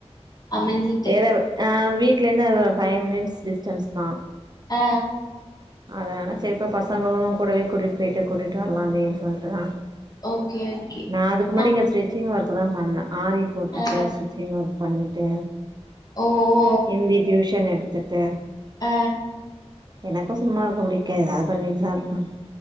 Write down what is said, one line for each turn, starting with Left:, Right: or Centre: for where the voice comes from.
Left: அமைஞ்சிட்டு
Right: வேற அ வீட்லேருந்து அது ஒரு ஃபைவ் மினிட்ஸ் டிஸ்டன்ஸ் தா
Left: அ
Right: அதனால சரிப்பா பசங்களு கூடவே கூட்டிட்டு போய்ட்டு கூட்டிட்டு வரலாமேனு சொல்லிட்டுதா
Left: ஓகே ஓகே
Right: நா அதுக்கு முன்னாடி
Left: ஆ
Right: இங்க ஸ்டிச்சிங் ஒர்க் தா பண்ணே ஆரி போட்டுட்டு
Left: ஆ
Right: ஸ்டிச்சிங் ஒர்க் பண்ணிட்டு
Left: ஓ ஓ
Right: இந்தி டியூஷன் எடுத்துட்டு
Left: அ
Right: எனக்கு சும்மா இருக்க பிடிக்காது ஏதாது பண்ணிட்டு தாருப்பே